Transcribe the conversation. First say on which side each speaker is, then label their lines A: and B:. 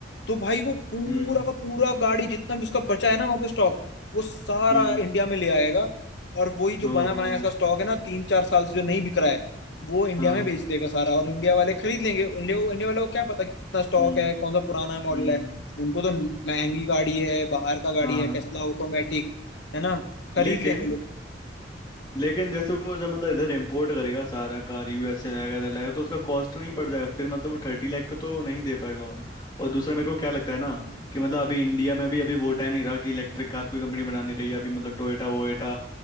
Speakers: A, on the left (about 65°); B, on the left (about 25°).
A: तो भाई वो पूरा
B: हम्म
A: का पूरा गाड़ी जितना भी उसका बचा है ना वहां पे स्टॉक वो सारा
B: हम्म
A: इंडिया में ले आएगा और वही जो
B: ओ
A: बना बनाया इसका स्टॉक है ना तीन चार साल से जो नहीं बिक रहा है वो इंडिया
B: हाँ
A: में बेच देगा सारा और इंडिया वाले खरीद लेंगे इंडिया इंडिया वाले को क्या पता कि कितना स्टॉक
B: हम्म
A: है कौन सा पुराना मॉडल
B: हम्म
A: है उनको तो महंगी गाड़ी है बाहर का गाड़ी
B: हाँ
A: है टेस्ला ऑटोमेटिक है ना खरीद
B: लेकिन
A: लेंगे लोग
B: लेकिन जैसे वो जब मतलब इधर इम्पोर्ट करेगा सारा कार यूएस से रहेगा इधर लाएगा तो उसका कॉस्ट नहीं बढ़ जाएगा फिर मतलब वो थर्टी लाख पे तो नहीं दे पाएगा और दूसरा मेरे को क्या लगता है ना कि मतलब अभी इंडिया में भी अभी वो टाइम नहीं रहा कि इलेक्ट्रिक कार कोई कंपनी बना नहीं रही है अभी मतलब टोयोटा वोयोटा